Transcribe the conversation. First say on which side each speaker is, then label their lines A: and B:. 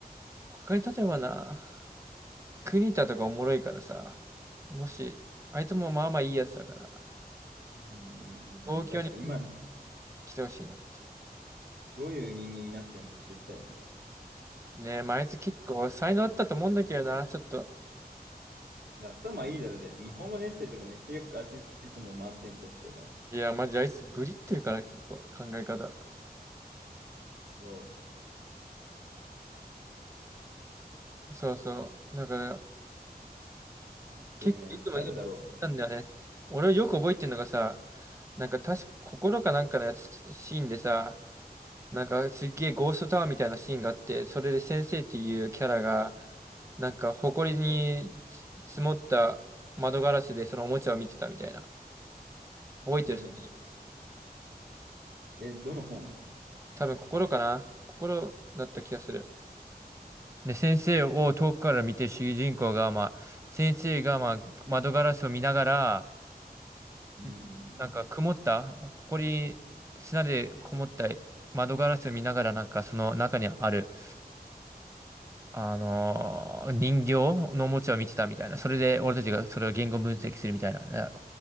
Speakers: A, on the right; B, on the right.
A: 他に例えばな、国田とかおもろいからさ、もし、あいつもまあまあいいやつだから、
B: うんうんうん。
A: 東京に
B: 確かに今、
A: 来てほしいなって。
B: どういう人間になってるのか知りたいよね。
A: ねえ、まあ、あいつ結構才能あったと思うんだけどな、ちょっと。
B: いや頭いいだろ、じゃあ日本語のエッセイとかめっちゃよくあいついつも満点取ってたじゃん。
A: いや、マジあいつブリってるから、結構考え方。
B: そ
A: そうそう。だから、
B: う。
A: 結構いつも言ったんだよね。
B: あとね、誰だろ
A: 俺をよく覚えてるのがさ、なんか確か心かなんかのやつシーンでさ、なんかすっげえゴーストタワーみたいなシーンがあって、それで先生っていうキャラが、なんか埃につ積もった窓ガラスでそのおもちゃを見てたみたいな。覚えてる先
B: う。うん。え、どの本
A: 多分心かな。心だった気がする。で、先生を遠くから見てる主人公が、まあ、先生が、まあ、窓ガラスを見ながら、
B: うんう
A: んなんか曇った、
B: ん
A: 埃、砂でこもった窓ガラスを見ながら、なんかその中にあるあのー人形のおもちゃを見てたみたいな。それで俺たちがそれを言語分析するみたいなね。だ